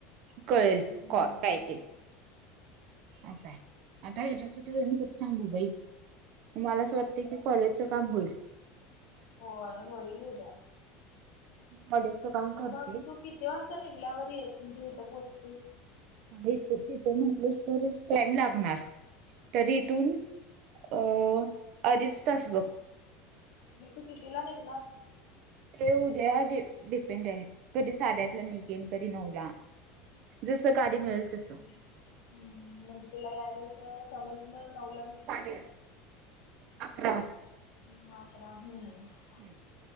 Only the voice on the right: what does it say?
कळेल
कॉ काय ते. अस आहे आता ह्याच्यासाठीनी कुठ थांबू बाई. मला असं वाटतं की कॉलेजचं काम होईल.
कॉलेजच काम करतीस.
इथ तिथं म्हंटलीस तर टाईम लागणार. तरी इथून अ अडीच तास बघ.
हे उद्या डिपेंड आहे कधी साध्यातला निघेन कधी नवला. जस गाडी
मिळेल तसं.
साडे अकरा
<unintelligible>